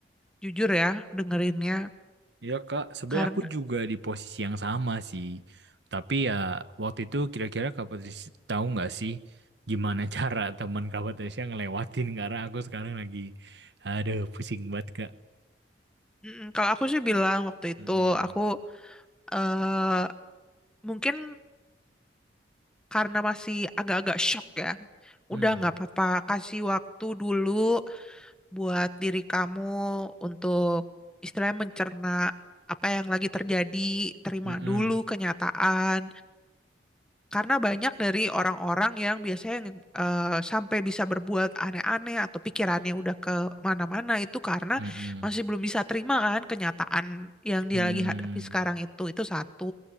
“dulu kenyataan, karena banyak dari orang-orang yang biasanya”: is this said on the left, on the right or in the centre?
Centre